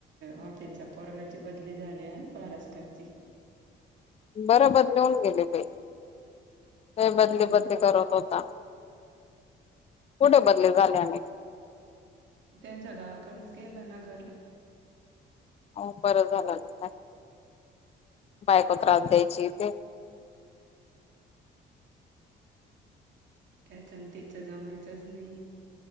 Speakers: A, on the right; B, on the left.
A: ऑफिसच्या पोरगाची बदली झाली बारसकरची
B: बरोबर नेऊन गेले प का बदली
A: मग
B: बदली करत होता कुठे बदली झाल्याने
A: त्यांच्या गावाकडेच गेलं नगरला
B: हो बरं झालंता बायको त्रास द्यायची इ तेे
A: त्याच्यान तिचं जमायचंच नाही.